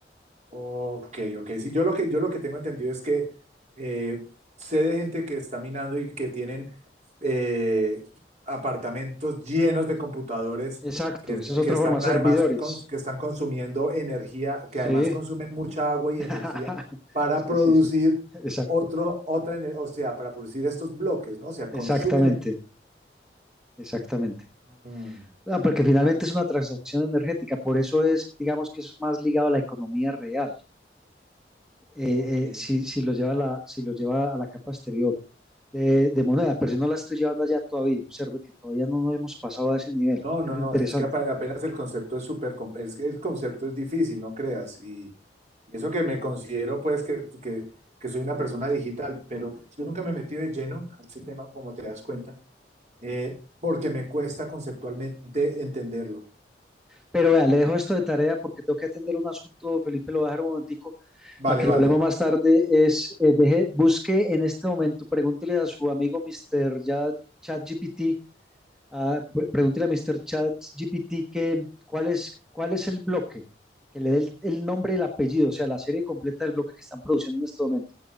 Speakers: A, on the right; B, in the centre.
A: Ok, ok. Sí, yo lo que, yo lo que tengo entendido es que eh, sé de gente que está minando y que tienen eh, apartamentos llenos de computadores
B: Exacto,
A: que, es-
B: esa es otra
A: que están
B: forma, servidores.
A: además cons- que están consumiendo energía,
B: Sí,
A: que además consumen mucha agua
B: <laughs>
A: y energía para
B: sí,
A: producir
B: sí, sí, exacto,
A: otro, otra, ener- o sea, para producir estos bloques, ¿no? O sea, consumen
B: exactamente,
A: energía.
B: exactamente.
A: Mm,
B: Ah, porque finalmente es una transacción energética, por eso es, digamos que es más ligado a la economía real. eh,
A: ok.
B: eh, si, si lo lleva a la, si lo lleva a la capa exterior de, de moneda, pero yo no la estoy llevando allá todavía. Observe que todavía no nos hemos pasado a ese nivel,
A: No,
B: que
A: no,
B: es lo
A: no,
B: interesante.
A: es que apa- apenas el concepto es súper, com- es que el concepto es difícil, no creas. Y y eso que me considero, pues, que, que, que soy una persona digital, pero yo nunca me he metido de lleno a ese tema, como te das cuenta, eh, porque me cuesta conceptualmente entenderlo.
B: Pero vea, le dejo esto de tarea porque tengo que atender un asunto, Felipe, lo voy a dejar un momentico
A: Vale,
B: para que
A: vale.
B: lo hablemos más tarde. Es, eh, deje- busque en este momento, pregúntele a su amigo Mr. Ya, ChatGPT Ah, pre- pregúntele a Mr. ChatGPT que cuál es, cuál es el bloque, que le dé el, el nombre y el apellido, o sea, la serie completa del bloque que están produciendo en este momento.